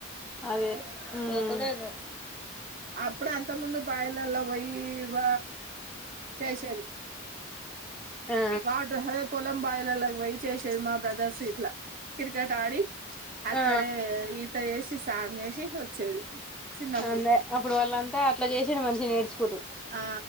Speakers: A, in the centre; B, on the right (about 40°).
A: అదేలె మ్
B: అప్పుడే అంత ముందు బాయిలల పోయి బ చేసేది
A: ఆ
B: వాట్ అదే పొలం బాయిలల్లెకి పోయి చేసేది మా బ్రదర్స్ ఇట్ల కిర్కెట్ ఆడి అక్కడే
A: ఆ
B: ఈత వేసి సాంగ్ వేసి వచ్చేది చిన్నప్పుడు
A: అదే అప్పుడు వాళ్ళంతా అట్ల చేసినే మంచిగ నేర్చుకురు
B: ఆ